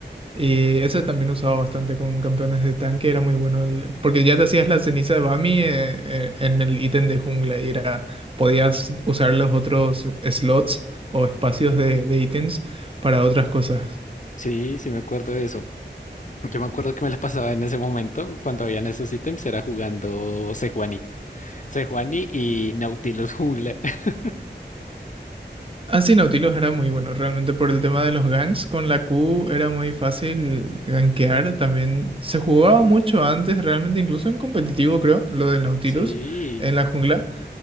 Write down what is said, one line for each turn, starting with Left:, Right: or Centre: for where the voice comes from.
Right: Y ese también usaba bastante con campeones de tanque, era muy bueno. el- porque ya te hacías la ceniza de Bami eh, eh, en el ítem de jungla y era, podías usar los otros slots o espacios de, de ítems para otras cosas.
Left: Sí, sí me acuerdo de eso. Yo me acuerdo que me la pasaba en ese momento cuando habían esos ítems, era jugando Sejuani. Sejuani y Nautilus Jungla. <laughs>
Right: Así Nautilus era muy bueno, realmente por el tema de los ganks. Con la Q era muy fácil gankear. También se jugaba mucho antes, realmente, incluso en competitivo, creo, lo de Nautilus
Left: Sí,
Right: en la jungla.